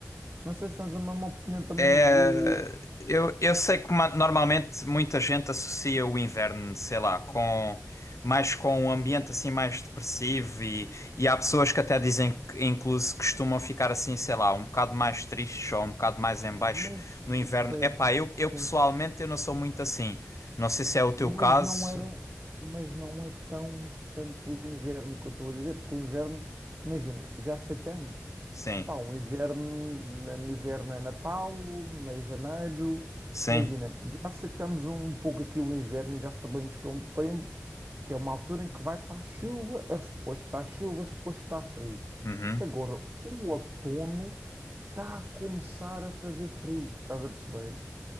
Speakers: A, on the right; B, on the left.
A: Não sei se tens a mesma opinião também
B: É,
A: que
B: eu, eu sei que ma- normalmente muita gente associa o inverno, sei lá, com mais com um ambiente assim mais depressivo e, e há pessoas que até dizem que incluso costumam ficar assim, sei lá, um bocado mais tristes ou um bocado mais em baixo
A: Mas
B: no inverno.
A: eu percebo,
B: Epá, eu, eu
A: sim.
B: pessoalmente eu não sou muito assim. Não sei se é o
A: Mas
B: teu caso.
A: não era, mas não é tão tanto o inverno que eu estou a dizer, porque o inverno, imagina, já aceitamos.
B: Sim,
A: Pá, um inverno, na- no inverno é Natal, em janeiro,
B: sim,
A: imagina, já aceitamos um pouco aqui o inverno, já sabemos que é um tempo, que é uma altura em que vai estar chuva, é suposto estar chuva, é suposto estar frio.
B: uhum,
A: Agora, o outono está a começar a fazer frio, estás a perceber?